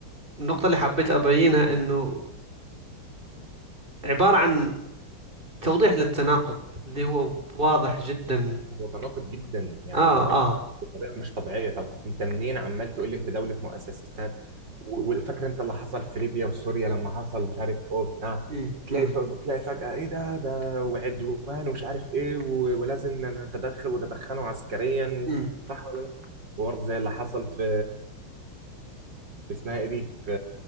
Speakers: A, on the right; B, on the right.
A: النقطة اللي حبيت ابينها انه عبارة عن توضيح للتناقض اللي هو واضح جدا
B: هو تناقض جدا يعني
A: اه
B: تناقض
A: اه
B: بطريقه مش طبيعيه طب انت منين عمال تقول لي انت دوله مؤسسات و- وفاكر انت اللي حصل في ليبيا وسوريا لما حصل مش عارف ايه بتاع
A: امم
B: تلاقي
A: امم
B: ف- تلاقي فجاه ايه ده ده وعدوان ومش عارف ايه و- ولازم نتدخل وتدخلوا عسكريا و...
A: امم
B: صح ولا لا؟ وبرضه زي اللي حصل في في اسمها ايه دي في